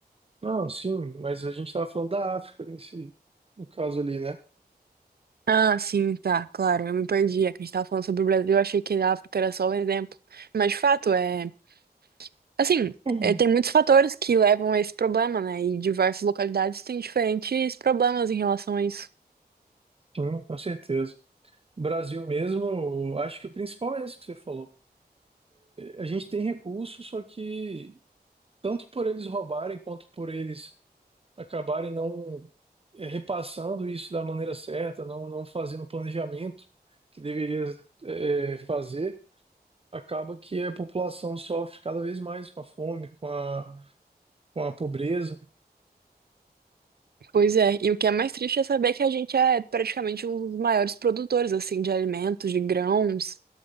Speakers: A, on the right; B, on the right.
A: Não, sim, mas a gente estava falando da África nesse, no caso ali, né?
B: Ah, sim, tá, claro, eu me perdi. É que a gente tava falando sobre o Brasil, eu achei que a África era só o exemplo. Mas, de fato, é... Assim,
A: Uhum.
B: é, tem muitos fatores que levam a esse problema, né? E diversas localidades têm diferentes problemas em relação a isso.
A: Sim, com certeza. O Brasil mesmo, eu acho que o principal é isso que você falou. A gente tem recursos, só que tanto por eles roubarem quanto por eles acabarem não eh, repassando isso da maneira certa, não, não fazendo o planejamento que deveria eh, fazer acaba que a população sofre cada vez mais com a fome, com a, com a pobreza.
B: Pois é, e o que é mais triste é saber que a gente é praticamente um dos maiores produtores, assim, de alimentos, de grãos,